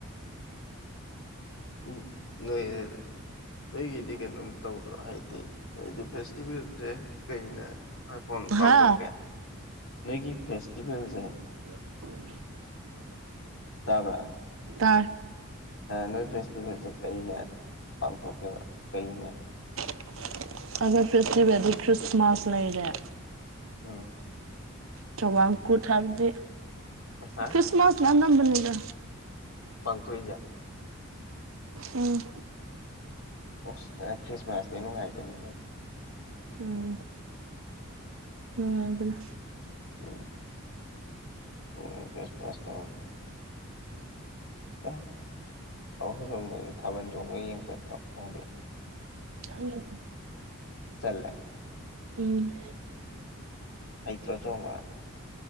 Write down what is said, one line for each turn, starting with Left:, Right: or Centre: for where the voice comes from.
Left: ꯎꯝ ꯅꯣꯏ ꯅꯣꯏꯒꯤꯗꯤ ꯀꯩꯅꯣꯝ ꯇꯧ ꯍꯥꯏꯗꯤ ꯍꯥꯏꯗꯤ ꯐꯦꯁꯇꯤꯚꯦꯜꯁꯦ ꯀꯩꯅ ꯈ꯭ꯋꯥꯏꯄꯣꯟ ꯄꯥꯡꯊꯣꯛꯀꯦ
Right: ꯍꯥ
Left: ꯅꯣꯏꯒꯤ ꯐꯦꯁꯇꯤꯚꯦꯜꯁꯦ
Right: <inaudible>
Left: ꯇꯥꯕ꯭ꯔꯥ
Right: ꯇꯥꯏ
Left: ꯅꯣꯏ ꯐꯦꯁꯇꯤꯚꯦꯜꯁꯦ ꯀꯩꯅ ꯄꯥꯡꯊꯣꯛꯀꯦꯕ ꯀꯩꯅꯥ
Right: ꯑꯩꯈꯣꯏ ꯐꯦꯁꯁꯇꯤꯚꯦꯜꯗꯤ ꯈ꯭ꯔꯤꯁꯃꯥꯁ ꯂꯩꯔꯦ
Left: ꯑꯧ
Right: ꯆꯧꯋꯥꯡ ꯀꯨꯠ ꯍꯥꯏꯕꯗꯤ
Left: ꯍꯥ
Right: ꯈ꯭ꯔꯤꯁꯃꯥꯁꯅ ꯑꯅꯝꯕꯅꯤꯗ
Left: ꯄꯥꯡꯊꯣꯛꯏꯁꯦ
Right: ꯎꯝ
Left: ꯎꯁ ꯍꯟꯗꯛ ꯈ꯭ꯔꯤꯁꯃꯥꯁꯇꯤ ꯅꯨꯡꯉꯥꯏꯕꯅꯤꯍꯦ
Right: ꯎꯝ ꯅꯨꯡꯉꯥꯏꯕꯅꯦ
Left: ꯎꯝ ꯎꯝ ꯕ꯭ꯔꯦꯐꯥꯁ ꯇꯧꯔꯦ ꯑꯦ ꯑꯈꯣꯏ ꯁꯣꯝꯗꯗꯤ ꯊꯥꯕꯜ ꯆꯣꯡꯕ ꯌꯦꯡ ꯆꯠꯇ꯭ꯔꯣ ꯅꯪꯗꯤ
Right: ꯆꯠꯂꯦ ꯑꯗꯨꯝ
Left: ꯆꯜꯂꯦ
Right: ꯎꯝ
Left: ꯍꯩꯇ꯭ꯔꯣ ꯆꯣꯡꯕ